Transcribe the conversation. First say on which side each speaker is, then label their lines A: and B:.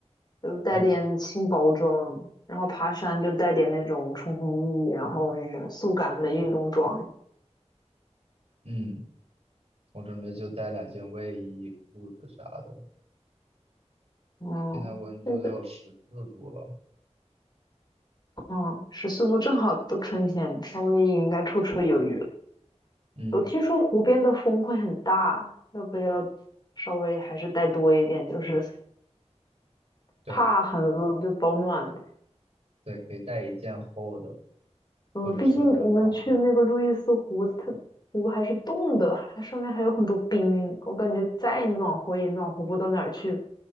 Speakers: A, on the left (about 35°); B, on the right (about 60°).
A: 就带点轻薄装，
B: 嗯
A: 然后爬山就带点那种冲锋衣，然后那种速干的运动装。
B: 嗯，我准备就带两件卫衣、裤子啥的。
A: 嗯，
B: 现在温度就有十四度了。
A: 现在嗯，十四度正好都春天，稍微应该绰绰有余。
B: 嗯，
A: 我听说湖边的风会很大，要不要稍微还是带多一点？就是
B: 对
A: 怕很冷就保暖。
B: 对，可以带一件厚的，
A: 嗯，
B: 或者是防风。
A: 毕竟我们去那个路易斯湖，它湖还是冻的，它上面还有很多冰，我感觉再暖和也暖和不到哪儿去。